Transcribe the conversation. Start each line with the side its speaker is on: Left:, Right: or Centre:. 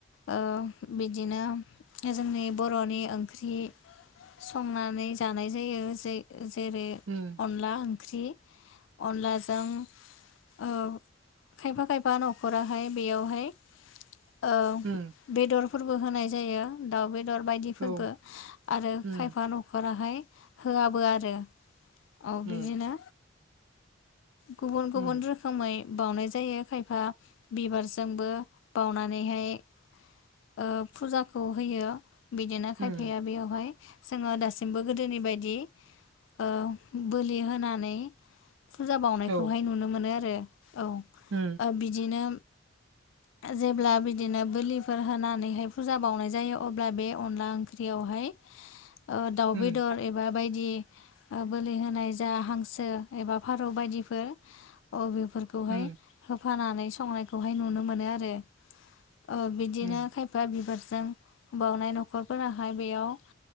Left: ओ बिदिनो जोंनि बर'नि ओंख्रि संनानै जानाय जायो जे जेरै
Right: ओह
Left: अनला ओंख्रि अनलाजों औ खायफा खायफा न'खराहाय बेयावहाय औ
Right: उम
Left: बेदरफोरबो होनाय जायो दाउ बेदर बायदिफोरबो
Right: औ
Left: आरो
Right: उम
Left: खायफा न'खराहा बेहाय होआबो आरो औ बिदिनो
Right: उम
Left: गुबुन गुबुन
Right: उम
Left: रो खोमै बावउनाय जायो खायफा बिबारजोंबो बावनानैहाय ओ फुजाखौ होयो बिदिनो खायफाया
Right: उम
Left: बेयावहाय जोङो दासिम बो गोदोनि बायदि ओ बोलि होनानै फुजा बावनायखौहाय
Right: औ
Left: नुनो मोनो आरो औ
Right: उम
Left: ओ बिदिनो जेब्ला बिदिनो बोलिफोर होनानैहाय फुजा बावनाय जायो अब्ला बे अनला ओंख्रियावहाय ओ दाउ
Right: उम
Left: बेदर एबा बायदि ओ बोलि होनाय जा हांसो एबा फारौ बायदिफोर अ बेफोर खौहाय
Right: उम
Left: होफानानै संनायखौहाय नुनो मोनो आरो ओ बिदिनो
Right: उम
Left: खायफा बिबा बिबारजों बावनाय न'खरफोराहाय बेयाव